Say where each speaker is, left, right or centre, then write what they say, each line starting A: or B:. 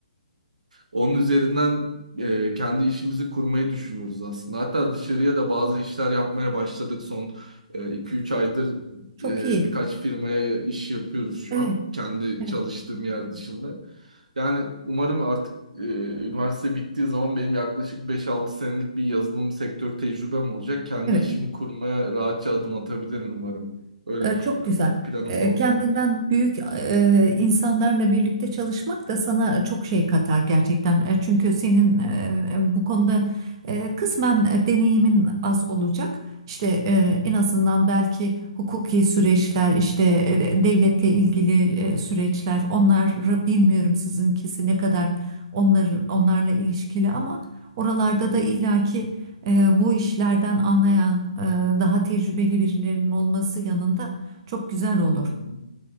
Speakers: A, on the right; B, on the right.
A: Onun üzerinden e, kendi işimizi kurmayı düşünüyoruz aslında. Hatta dışarıya da bazı işler yapmaya başladık son 2-3 aydır
B: çok
A: e,
B: iyi.
A: birkaç firmaya iş yapıyoruz şu
B: Evet.
A: an. Kendi
B: Evet.
A: çalıştığım yer dışında. Yani umarım artık e, üniversite bittiği zaman benim yaklaşık beş-altı senelik bir yazılım sektörü tecrübem olacak. Kendi
B: Evet.
A: işimi kurmaya rahatça adım atabilirim umarım. Öyle
B: E,
A: düşünüyorum.
B: Çok güzel.
A: Planım
B: E,
A: da o
B: Kendinden
A: yönde.
B: büyük e, insanlarla birlikte çalışmak da sana çok şey katar gerçekten. E, Çünkü senin e, bu konuda e, kısmen e, deneyimin az olacak. İşte e, en azından belki hukuki süreçler, işte e, devletle ilgili e, süreçler, onları bilmiyorum sizinkisi ne kadar onların onlarla ilişkili ama oralarda da illaki e, bu işlerden anlayan, e, daha tecrübeli birilerinin olması yanında çok güzel olur.
A: Hı hı.